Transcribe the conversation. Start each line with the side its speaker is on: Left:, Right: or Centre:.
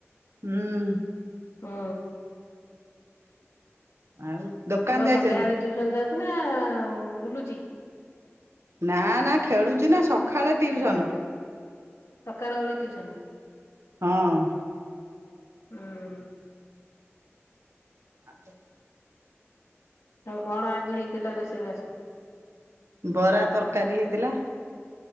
Right: ହୁଁ
Left: ହୁଁ।
Right: ଆଉ। ଦୋକାନ
Left: ପୁଅ
Right: ଯାଇଛନ୍ତି
Left: ସନ୍ଧ୍ୟାବେଳେ ଟିଉସନ ଯାଉଚି ନା ବୁଲୁଚି?
Right: ନା ନା ଖେଳୁଚି ନା ସକାଳେ ଟିଉସନ।
Left: ଯାଉ ସକାଳ ଓଳି ଟ୍ୟୁସନ।
Right: ହଁ।
Left: ଉଁ।
Right: ଆ <unintelligible>
Left: ଆଉ କଣ ଆଜି ହେଇଥିଲା ରୋଷେଇବାସ?
Right: ବରା ତର୍କାରୀ ହେଇଥିଲା।